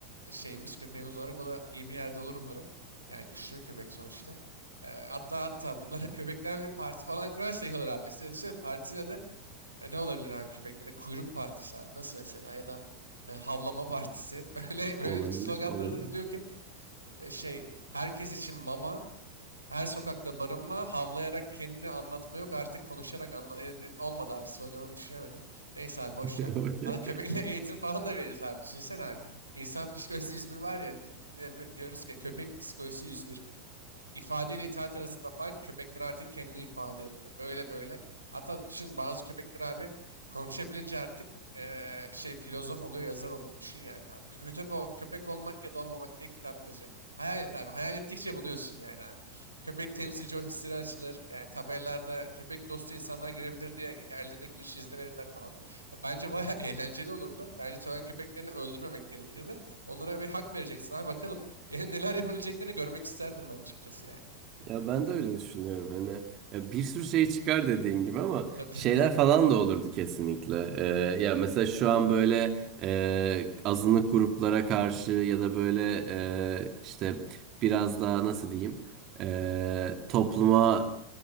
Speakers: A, on the right; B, on the right.
A: şeyimiz köpeğimiz olarak o da iyi bir yerde olur umarım. Yani güçlü bir köpek sonuçta. Eee, hatta hatta bunlara <laughs> köpekler bir parti falan kurarsa iyi olur abi. Size düşünsene partinin adı e, ne olabilir abi köpeklere? Kuyruk partisi abi. Nasıl mesela? Ya da e, havlama partisi. <laughs> Böyle böyle
B: Olabilir,
A: bir sloganları
B: olabilir.
A: da, diyor ki e, şey herkes için mama, her sokakta barınma, havlayarak kendini anlatma yok artık konuşarak anlat. E, olmadı abi sloganını düşünemedim. Neyse abi boş
B: <laughs>
A: ver.
B: Okey.
A: Arada köpeklere <laughs> eğitim falan da veririz abi. Düşünsene abi. İnsan psikolojisi 101 var ya di- di- diyoruz ki köpek psikolojisi 101. İfade ile itaat arasında fark köpekler artık kendini ifade ediyor. Böyle böyle. Hatta düşün bazı köpekler abi konuşabilince artık eee, şey filozof oluyor, yazar oluyor. Düşün yani abi. Köpek, ol- köpek olmak ya da olmamak diye kitap yazıyor. Hayal et abi. Hayal ettikçe buluyorsun yani abi. Köpek temsilci ofisleri açılır. Yani tabelalarda köpek dostu insanlar girebilir diye yerlerine giriş izni verirler falan. Ya Bence bayağı <laughs> eğlenceli olurdu. Bence sokak köpeklerini öldürmemek gerekirdi. Onlara bir hak vereceksin abi. Bakalım <laughs> Yani neler yapabileceklerini görmek isterdim ben açıkçası yani.
B: Ya ben de öyle düşünüyorum. Hani ya bir sürü şey çıkar dediğin gibi ama
A: Tabii
B: şeyler
A: tabii. <laughs>
B: falan da olurdu kesinlikle. Ee, ya mesela şu an böyle e, azınlık gruplara karşı ya da böyle e, işte biraz daha nasıl diyeyim? e, topluma